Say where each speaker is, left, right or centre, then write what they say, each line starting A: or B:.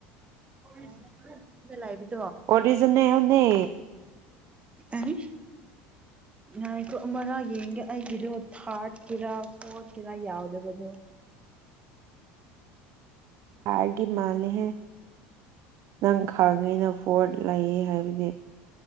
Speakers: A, on the right; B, on the right.
A: <unintelligible> ꯅꯪꯅ ꯂꯥꯏꯕꯔꯤ
B: ꯑꯣꯔꯤꯖꯤꯟꯅꯦꯜꯅꯦ
A: ꯑꯦ ꯉꯥꯏꯈꯣ ꯑꯃꯔꯥ ꯌꯦꯡꯒꯦ ꯑꯩꯒꯤꯗꯣ ꯊꯥꯔꯠꯀꯤꯔꯥ ꯐꯣꯔꯠꯀꯤꯦꯔꯥ ꯌꯥꯎꯗꯕꯗꯣ
B: ꯊꯥꯔꯠꯒꯤ ꯃꯥꯜꯂꯦꯍꯦ ꯅꯪ ꯈꯪꯉꯤꯅ ꯅꯣꯔꯠ ꯂꯩ ꯍꯥꯏꯕꯗꯤ